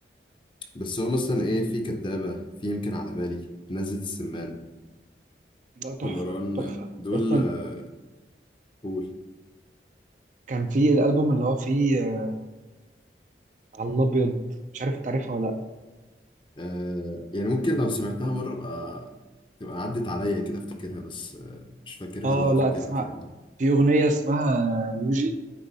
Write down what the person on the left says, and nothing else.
بس هو مثلا ايه في كدابه في يمكن على بالي نزلة السمان
لمروان
دول
آه، قول
آه يعني ممكن لو سمعتها مره ابقى تبقى عدت عليا كده افتكرها بس آه، مش فاكرها
لو
فاكرها
فاهم